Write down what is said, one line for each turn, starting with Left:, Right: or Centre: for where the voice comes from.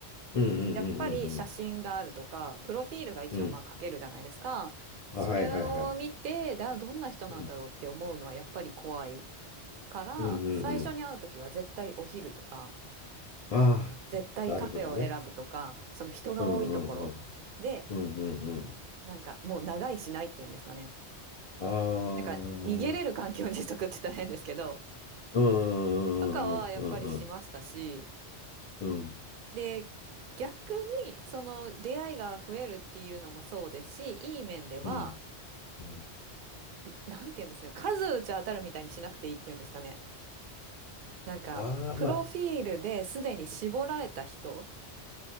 Left: うんうんうんう
Right: やっぱり写真があるとか、
Left: ん
Right: プロフィールが一応まあ書けるじゃないですか。
Left: うんうんうんうん
Right: それを見て、
Left: あ、はいはいはい。
Right: だ、どんな人なんだろうって思うのはやっぱり怖い
Left: うん
Right: から、
Left: うんうんうん
Right: 最初に会うときは絶対お昼とか、
Left: ああなるほどね。
Right: 絶対カフェを選ぶとか、その人が多いところで、
Left: うんうんうんうんうん
Right: なんかもう長いしないっていうんですかね。
Left: うん。
Right: なんか逃げれる環境にしとくって大変ですけど、
Left: ああ、うんうんうんうん
Right: とかはやっぱりしましたし、
Left: うん
Right: で、逆にその出会いが増えるっていうのもそうですし、いい面では、
Left: うんうん。
Right: んなんて言うんですかね、数打ち当たるみたいにしなくていいっていうんですかね。なんか、
Left: ああまあ、
Right: プロフィールですでに絞られた人